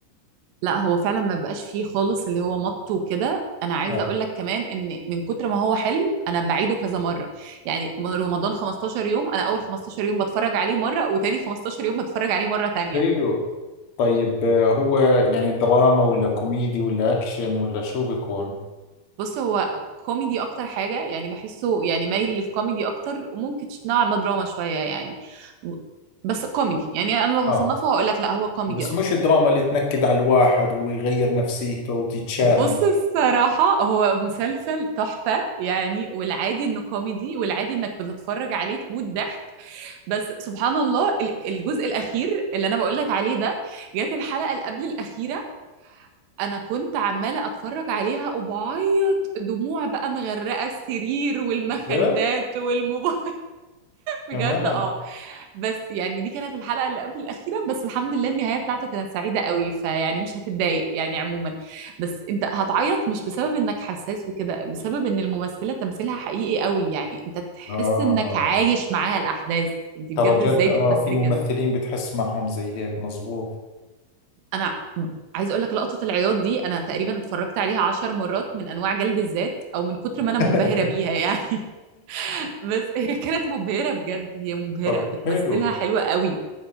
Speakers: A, on the right (about 75°); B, on the left (about 45°).
A: لا هو فعلا ما بقاش فيه خالص اللي هو مط وكده أنا عايزة
B: آه
A: أقول لك كمان إن من كتر ما هو حلو أنا بعيده كذا مرة يعني م- رمضان 15 يوم أنا أول 15 يوم بتفرج عليه مرة وتاني 15 يوم بتفرج عليه مرة تانية
B: حلو طيب آه، هو يعني دراما ولا كوميدي ولا أكشن ولا شو بيكون
A: بص هو كوميدي أكتر حاجة يعني بحسه يعني مايل للكوميدي أكتر وممكن نوعا ما دراما شوية يعني بس كوميدي يعني أنا لو
B: آه
A: هصنفه هقول لك لا هو كوميدي
B: بس
A: أكتر
B: مش دراما اللي تنكد على الواحد ويغير نفسيته وتتشائم
A: بص الصراحة هو مسلسل تحفة يعني والعادي انه كوميدي والعادي انك بتتفرج عليه تموت ضحك بس سبحان الله ال- الجزء الأخير اللي أنا بقولك عليه ده جت الحلقة اللي قبل الأخيرة أنا كنت عمالة أتفرج عليها وبعيط دموع بقى مغرقة السرير والمخدات
B: جد
A: والموبايل بجد
B: كمان
A: اه بس يعني دي كانت الحلقة اللي قبل الأخيرة بس الحمد لله النهاية بتاعته كانت سعيدة قوي فيعني مش هتتضايق يعني عموما بس انت هتعيط مش بسبب انك حساس وكده بسبب ان الممثلة تمثيلها حقيقي قوي يعني انت تحس
B: آه
A: انك عايش معاها الأحداث انت بجد
B: ترى جد
A: ازاي
B: آه
A: بتمثلي
B: في ممثلين
A: كده
B: بتحس معهم زي هيك مزبوط
A: انا عايز اقول لك لقطة العياط دي انا تقريبا اتفرجت عليها عشر مرات من انواع جلد الذات او من كتر ما انا
B: <laughs>
A: منبهرة بيها يعني <laughs> بس هي كانت مبهرة بجد هي مبهرة
B: طب
A: بتمثلها
B: حلو
A: حلوة قوي